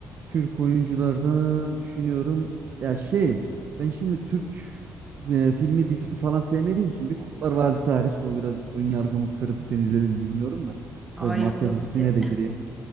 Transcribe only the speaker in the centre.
Hayır
tabii
ki.
<laughs>